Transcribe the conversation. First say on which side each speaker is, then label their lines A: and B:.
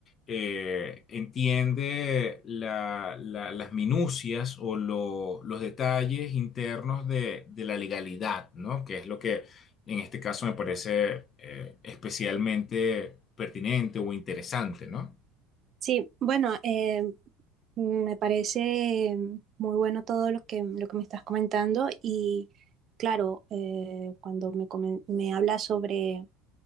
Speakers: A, on the left; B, on the right.
A: eh, entiende la- la- las minucias o lo- los detalles internos de, de la legalidad, ¿no? Que es lo que en este caso me parece eh, especialmente pertinente o interesante, ¿no?
B: Sí, bueno, eh, me parece muy bueno todo lo que, lo que me estás comentando y claro, eh, cuando me, comen- me hablas sobre